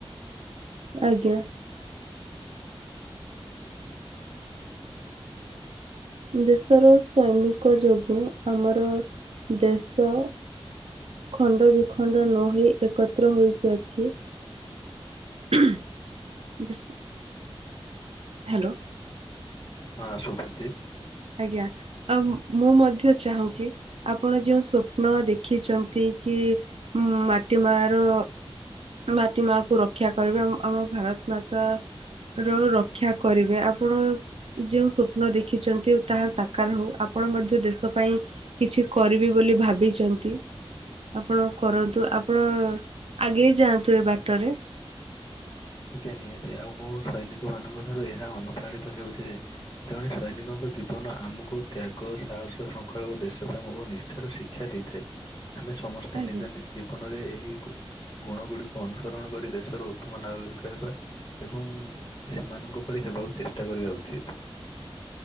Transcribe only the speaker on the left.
ହଁ ସୁପୁଛି।
ଆଜ୍ଞା ନିହାତି ଆଉ ମୁଁ ସୈନିକ ମାନଙ୍କ ଠାରୁ ଏହା ଅନୁପ୍ରାଣିତ ହେଉଛି ଯେ। ଜଣେ ସୈନିକଙ୍କ ଜୀବନ ଆମକୁ ତ୍ୟାଗ ସାହସ ଶୃଙ୍ଖଳା ଓ ଦେଶପ୍ରେମ ଓ ନି ଠାରୁ ଶିକ୍ଷା ଦେଇଥାଏ ଆମେ ସମସ୍ତେ
ନିଜ ନି ଜୀବନରେ ଏହି ଗୁଣ ଗୁଡିକୁ ଅନୁସରଣ କରି ଦେଶର ଉତ୍ତମ ନାଗରିକ କହ ଏବଂ ସେମାନଙ୍କ ପରି ହେବାକୁ ଚେଷ୍ଟା କରିବା ଉଚିତ